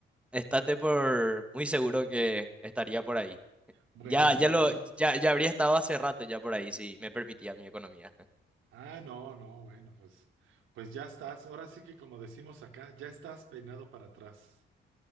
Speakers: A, in the centre; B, on the right.
A: estate por muy seguro que estaría por ahí.
B: Bueno,
A: Ya, ya
B: pues,
A: lo, ya, ya habría estado hace rato ya por ahí, si me permitía mi economía.
B: ah, no, no, bueno, pues, pues ya estás. Ahora sí que como decimos acá, ya estás peinado para atrás.